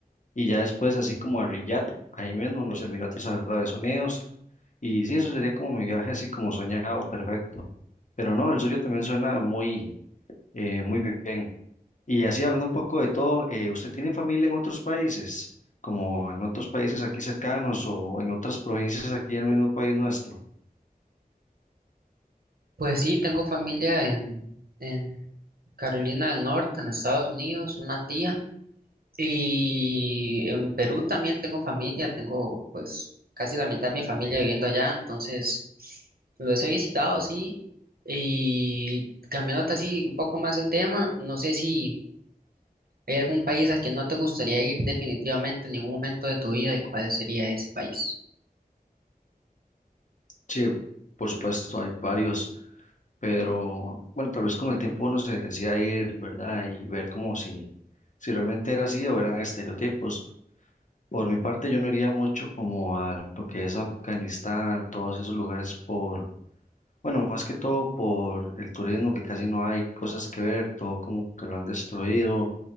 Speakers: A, on the left (about 50°); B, on the right (about 70°).
A: Y ya después, así como a Riyadh, ahí mismo en los Emiratos Árabes Unidos. Y sí, eso sería como mi viaje así como soñado, perfecto. Pero no, el suyo también suena muy, eh, muy bien. Y así hablando un poco de todo, eh, ¿usted tiene familia en otros países, como en otros países aquí cercanos o en otras provincias aquí en el mismo país nuestro?
B: Pues sí, tengo familia en, en Carolina del Norte, en Estados Unidos, una tía. Y en Perú también tengo familia, tengo pues casi la mitad de mi familia viviendo allá, entonces los he visitado, sí. Y cambiándote así un poco más el tema, no sé si hay algún país al que no te gustaría ir definitivamente en ningún momento de tu vida y cuál sería ese país.
A: Sí, por supuesto, hay varios, pero bueno, tal vez con el tiempo uno se decía ir, ¿verdad? Y ver como si, si realmente era así o eran estereotipos. Por mi parte, yo no iría mucho como a lo que es Afganistán, todos esos lugares por, bueno, más que todo por el turismo, que casi no hay cosas que ver, todo como que lo han destruido